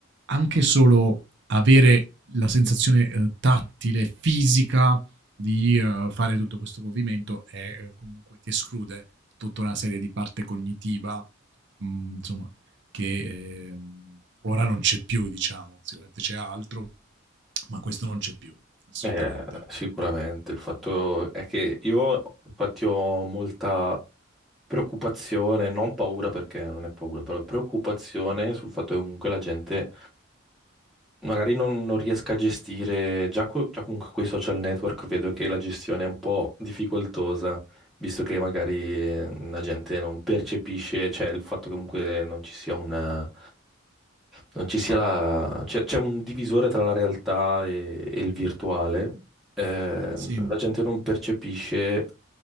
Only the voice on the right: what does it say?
anche solo avere la sensazione eh, tattile, fisica di eh, fare tutto questo movimento e eh, comunque ti esclude tutta una serie di parte cognitiva mhmm, insomma, che, ehm, ora non c'è più diciamo, sicuramente c'è altro, ma questo non c'è più, assolutamente.
Sì.